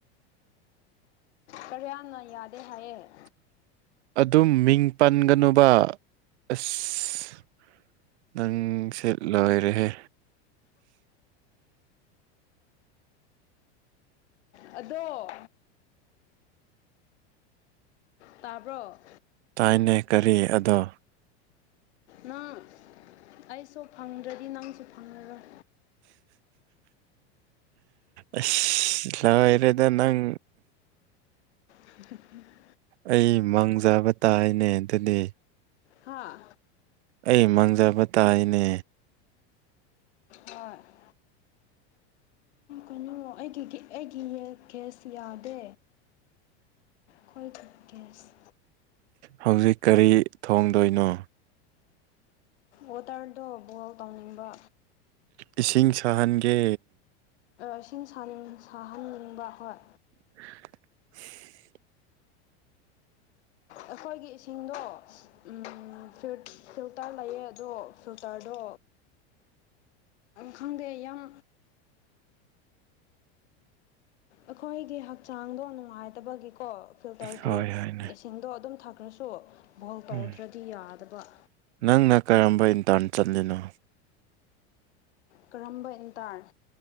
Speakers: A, on the left; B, on the right.
A: ꯀꯔꯤꯅ ꯌꯥꯗꯦ ꯍꯥꯏꯌꯦ
B: ꯑꯗꯨꯝ ꯃꯤꯡ ꯄꯟꯒꯅꯨꯕ ꯑꯁ ꯅꯪ ꯁꯦ ꯂꯣꯏꯔꯦꯍꯦ
A: ꯑꯗꯣ ꯇꯥꯕ꯭ꯔꯣ
B: ꯇꯥꯏꯅꯦ ꯀꯔꯤ ꯑꯗꯣ
A: ꯅꯪ ꯑꯩꯁꯨ ꯐꯪꯗ꯭ꯔꯗꯤ ꯅꯪꯁꯨ ꯐꯪꯉꯔꯣꯏ
B: ꯑꯁ ꯂꯣꯏꯔꯦꯗ ꯅꯪ
A: <inaudible>
B: ꯑꯩ ꯃꯪꯖꯕ ꯇꯥꯏꯅꯦ ꯑꯗꯨꯗꯤ
A: ꯍꯥꯥ
B: ꯑꯩ ꯃꯥꯡꯖꯕ ꯇꯥꯏꯅꯦ
A: ꯍꯣꯏ ꯀꯩꯅꯨ ꯑꯩꯒꯤ ꯑꯩꯒꯤ ꯒꯦꯁ ꯌꯥꯗꯦ ꯈꯣꯏ ꯒꯦꯁ
B: ꯍꯧꯖꯤꯛ ꯀꯔꯤ ꯊꯣꯡꯗꯣꯏꯅꯣ
A: ꯋꯥꯇꯔꯗꯣ ꯕꯣꯏꯜ ꯇꯧꯅꯤꯡꯕ
B: ꯏꯁꯤꯡ ꯁꯥꯍꯟꯒꯦ
A: ꯏꯁꯤꯡ ꯁꯥꯅꯤꯡ ꯁꯥꯍꯟꯅꯤꯡꯕ ꯍꯣꯏ
B: <inaudible>
A: ꯑꯩꯈꯣꯏꯒꯤ ꯏꯁꯤꯡꯗꯣ ꯎꯝ ꯐ꯭ꯔꯨꯠ ꯐꯤꯜꯇꯔ ꯂꯩꯌꯦ ꯑꯗꯣ ꯐꯤꯜꯇꯔꯗꯣ ꯈꯪꯗꯦ ꯌꯥꯝ ꯑꯩꯈꯣꯏꯒꯤ ꯍꯛꯆꯥꯡꯗꯣ ꯅꯨꯡꯉꯥꯏꯇꯕꯒꯤꯀꯣ ꯐꯤꯜꯇꯔꯒꯤ
B: ꯍꯣꯏ ꯍꯣꯏꯅꯦ
A: ꯁꯤꯡꯗꯣ ꯑꯗꯨꯝ ꯊꯛꯈ꯭ꯔꯁꯨ ꯕꯣꯜ ꯇꯧꯗ꯭ꯔꯗꯤ
B: ꯎꯝ
A: ꯌꯥꯗꯕ
B: ꯅꯪꯅ ꯀꯔꯝꯕ ꯏꯟꯇꯔꯟ ꯆꯠꯂꯤꯅꯣ
A: ꯀꯔꯝꯕ ꯏꯟꯇꯥꯔ